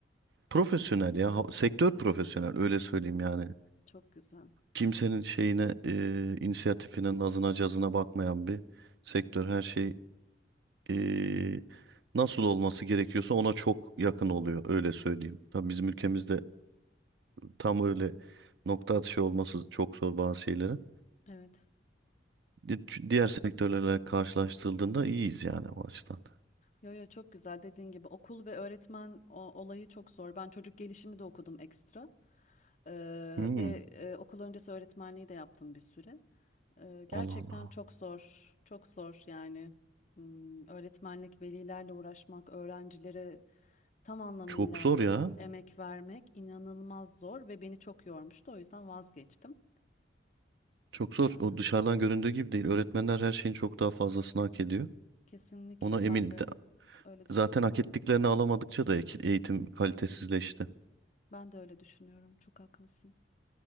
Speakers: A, on the right (about 65°); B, on the left (about 40°).
A: Profesyonel ya, ha- sektör profesyonel öyle söyleyeyim yani.
B: Çok güzel.
A: Kimsenin şeyine, e, inisiyatifine, nazına, cazına bakmayan bir sektör. Her şey e, nasıl olması gerekiyorsa ona çok yakın oluyor öyle söyleyeyim. Tabii bizim ülkemizde tam öyle nokta atışı olması çok zor bazı şeylerin.
B: Evet.
A: Di- Diğer sektörlerle karşılaştırıldığında iyiyiz yani o açıdan.
B: Yo yo çok güzel dediğin gibi okul ve öğretmen o- olayı çok zor. Ben çocuk gelişimi de okudum ekstra. Ee,
A: Hmm.
B: ve e, okul öncesi öğretmenliği de yaptım bir süre. Ee, gerçekten
A: Allah Allah.
B: çok zor. Çok zor yani. Hmm, öğretmenlik, velilerle uğraşmak, öğrencilere tam anlamıyla
A: Çok zor ya.
B: emek vermek inanılmaz zor ve beni çok yormuştu. O yüzden vazgeçtim.
A: Çok zor.
B: Ee,
A: O dışarıdan göründüğü gibi değil. Öğretmenler her şeyin çok daha fazlasını hak ediyor.
B: kesinlikle
A: Ona eminim.
B: ben de
A: De-
B: öyle düşünüyorum.
A: Zaten hak ettiklerini alamadıkça da ek- eğitim kalitesizleşti.
B: Ben de öyle düşünüyorum. Çok haklısın.